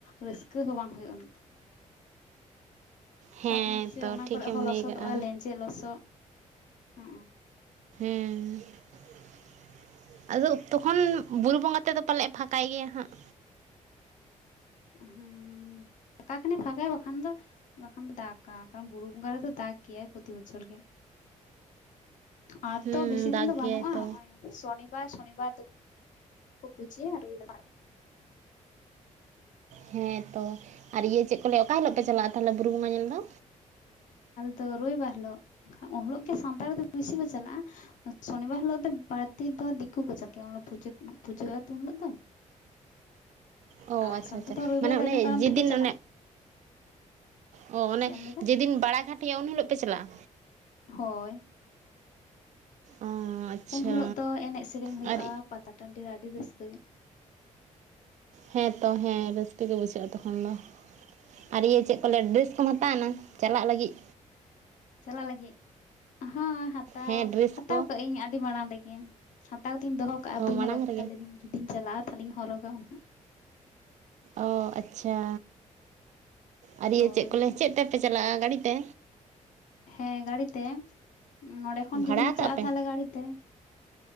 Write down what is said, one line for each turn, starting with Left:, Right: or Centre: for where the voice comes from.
Left: ᱨᱟᱹᱥᱠᱟᱹ ᱦᱚᱸ ᱵᱟᱝ ᱦᱩᱭᱩᱜᱼᱟ᱾
Right: ᱦᱮᱸ
Left: ᱛᱟᱨᱯᱚᱨᱮ ᱪᱮ
Right: ᱛᱚ
Left: ᱚᱱᱟ
Right: ᱴᱷᱤᱠᱮᱢ
Left: ᱠᱚᱨᱮᱜ ᱦᱚᱸ ᱞᱚᱥᱚᱫᱚᱜᱼᱟ
Right: ᱞᱟᱹᱭ ᱠᱟᱜᱼᱟ
Left: ᱞᱮᱸᱡᱮᱫ ᱞᱚᱥᱚᱫ ᱦᱚ
Right: <unintelligible> ᱟᱫᱚ ᱛᱚᱠᱷᱚᱱ ᱵᱩᱨᱩ ᱵᱚᱸᱜᱟ ᱛᱮᱫᱚ ᱯᱟᱞᱮᱫ ᱯᱷᱟᱸᱠᱟᱭ ᱜᱮᱭᱟ ᱦᱟᱸᱜ
Left: ᱦᱩᱸ ᱯᱷᱟᱠᱟ ᱠᱷᱟᱱᱮ ᱯᱷᱟᱠᱟᱭᱟ ᱵᱟᱠᱷᱟᱱ ᱫᱚ ᱵᱟᱠᱷᱟᱱ ᱫᱚ ᱫᱟᱜᱟ ᱠᱟᱨᱚᱱ ᱵᱩᱨᱩ ᱵᱚᱸᱜᱟ ᱨᱮᱫᱚ ᱫᱟᱠ ᱜᱮᱭᱟᱭ ᱯᱨᱚᱛᱤ ᱵᱚᱪᱷᱚᱨ ᱜᱮ᱾ ᱟᱨ
Right: ᱦᱩᱸ
Left: ᱛᱚ ᱵᱮᱥᱤ ᱫᱤᱱ
Right: ᱫᱟᱜ
Left: ᱫᱚ
Right: ᱜᱮᱭᱟᱭ
Left: ᱵᱟᱹᱱᱩᱜᱼᱟ
Right: ᱛᱚ
Left: ᱱᱚᱜᱼᱚᱭ ᱥᱚᱱᱤ <unintelligible> ᱥᱚᱱᱤᱵᱟᱨ ᱫᱚ ᱯᱩᱡᱤᱭᱟ ᱨᱚᱵᱤᱵᱟᱹᱨ
Right: ᱦᱮᱸ ᱛᱚ ᱟᱨ ᱤᱭᱟᱹ ᱪᱮᱫ ᱠᱚ ᱞᱟᱹᱭᱟ ᱚᱠᱟ ᱦᱤᱞᱳᱜ ᱯᱮ ᱪᱟᱞᱟᱜᱼᱟ ᱛᱟᱦᱞᱮ ᱵᱩᱨᱩ ᱵᱚᱸᱜᱟ ᱧᱮᱞ ᱫᱚ?
Left: ᱫᱚ ᱨᱚᱵᱤᱵᱟᱨ ᱦᱤᱞᱳᱜ ᱩᱱ ᱦᱤᱞᱳᱜ ᱜᱮ ᱥᱟᱱᱛᱟᱲ ᱫᱚ ᱵᱤᱥᱤ ᱠᱚ ᱪᱟᱞᱟᱜᱼᱟ ᱥᱚᱱᱤᱵᱟᱨ ᱦᱤᱞᱳᱜ ᱫᱚ ᱵᱟᱹᱲᱛᱤ ᱫᱚ ᱫᱤᱠᱩ ᱠᱚ ᱪᱟᱞᱟᱜ ᱜᱮᱭᱟ ᱩᱱᱦᱤᱞᱚᱜ ᱫᱚ ᱯᱩᱡᱟᱹ ᱯᱩᱡᱟᱹ ᱦᱩᱭᱩᱜ ᱜᱮᱭᱟ ᱛᱚ ᱩᱱ ᱦᱤᱞᱳᱜ ᱫᱚ
Right: ᱚ
Left: ᱟᱨ
Right: ᱟᱪᱪᱷᱟ
Left: ᱥᱟᱱᱛᱟᱲ
Right: ᱟᱪᱪᱷᱟ
Left: ᱫᱚ ᱨᱚᱵᱤᱵᱟᱨ
Right: ᱢᱟᱱᱮ
Left: ᱦᱤᱞᱚᱜ
Right: ᱚᱱᱮ
Left: ᱤᱱᱟᱹ ᱠᱟᱨᱚᱱ
Right: ᱡᱮᱫᱤᱱ
Left: ᱛᱮᱠᱚ ᱪᱟᱞᱟᱜᱼᱟ
Right: ᱚᱱᱮ ᱚ ᱚᱱᱮ
Left: ᱪᱮᱫ ᱮᱢ ᱞᱟᱹᱭᱫᱟ
Right: ᱡᱮᱫᱤᱱ ᱵᱟᱲᱟ ᱜᱷᱟᱴ ᱦᱩᱭᱩᱜᱟ ᱩᱱ ᱦᱤᱞᱳᱜ ᱯᱮ ᱪᱟᱞᱟᱜᱼᱟ
Left: ᱦᱳᱭ
Right: ᱚ ᱟᱪᱪᱷᱟ
Left: ᱩᱱ ᱦᱤᱞᱳᱜ ᱫᱚ ᱮᱱᱮᱡ ᱥᱮᱨᱮᱧ ᱦᱩᱭᱩᱜᱼᱟ
Right: ᱟᱨ
Left: ᱯᱟᱛᱟ ᱴᱟᱺᱰᱤ ᱨᱮ ᱟᱹᱰᱤ ᱨᱟᱹᱥᱠᱟᱹ
Right: ᱦᱮᱸᱛᱚ ᱦᱮᱸ ᱨᱟᱹᱥᱠᱟᱹ ᱜᱮ ᱵᱩᱡᱷᱟᱹᱜᱼᱟ ᱛᱚᱠᱷᱚᱱ ᱫᱚ ᱟᱨ ᱤᱭᱟᱹ ᱪᱮᱫ ᱠᱚ ᱞᱟᱹᱭᱟ ᱰᱨᱮᱥ ᱠᱚᱢ ᱦᱟᱛᱟᱣᱱᱟ ᱪᱟᱞᱟᱜ ᱞᱟᱹᱜᱤᱫ᱾
Left: ᱪᱟᱞᱟᱜ ᱞᱟᱹᱜᱤᱫ ᱦᱚᱸ ᱦᱟᱛᱟᱣ
Right: ᱦᱮᱸ ᱰᱨᱮᱥ
Left: ᱦᱟᱛᱟᱣ
Right: ᱠᱚ
Left: ᱠᱟᱜ ᱟᱹᱧ ᱟᱹᱰᱤ ᱢᱟᱲᱟᱝ ᱨᱮᱜᱮ᱾ ᱟᱹᱣᱨᱤᱧ ᱫᱚᱦᱚ ᱠᱟᱜᱼᱟ
Right: ᱚ
Left: ᱵᱟᱹᱧ
Right: ᱢᱟᱲᱟᱝ
Left: ᱦᱚᱨᱚᱜ ᱠᱟᱫᱟ
Right: ᱨᱮᱜᱮ
Left: ᱞᱟᱹᱭᱫᱟᱹᱧ ᱡᱩᱫᱤᱧ ᱪᱟᱞᱟᱜᱼᱟ ᱛᱟᱦᱚᱞᱮᱧ ᱦᱚᱨᱚᱜᱟ ᱦᱟᱜ
Right: ᱚ ᱟᱪᱪᱷᱟ ᱟᱨ ᱤᱭᱟᱹ
Left: ᱦᱳᱭ
Right: ᱪᱮᱫ ᱠᱚ ᱞᱮᱭ ᱪᱮᱫ ᱛᱮ ᱛᱮᱯᱮ ᱪᱟᱞᱟᱜᱼᱟ ᱜᱟᱹᱰᱤ ᱛᱮ
Left: ᱦᱮᱸ ᱜᱟᱹᱲᱤᱛᱮ ᱱᱚᱸᱰᱮ ᱠᱷᱚᱱ
Right: ᱵᱷᱟᱲᱟ
Left: ᱡᱩᱫᱤ ᱞᱮ
Right: ᱠᱟᱜᱼᱟ
Left: ᱪᱟᱞᱟᱜᱼᱟ
Right: ᱯᱮ?
Left: ᱛᱟᱦᱞᱮ ᱜᱟᱹᱰᱤᱛᱮ᱾